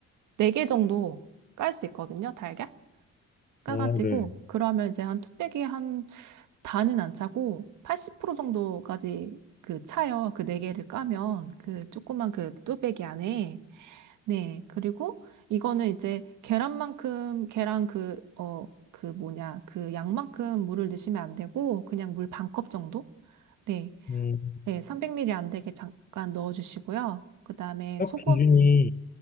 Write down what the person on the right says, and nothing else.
네 개 정도 깔 수 있거든요. 달걀 까가지고
그러면 이제 한 뚝배기에 한 다는 안 차고 80% 정도까지 그 차요. 그 네 개를 까면 그 조그만 그 뚝배기 안에. 네. 그리고 이거는 이제 계란만큼, 계란 그, 어, 그 뭐냐, 그 양만큼 물을 넣으시면 안 되고, 그냥 물 반컵 정도? 네.
네. 300ml 안 되게 잠깐 넣어주시고요. 그 다음에
소금.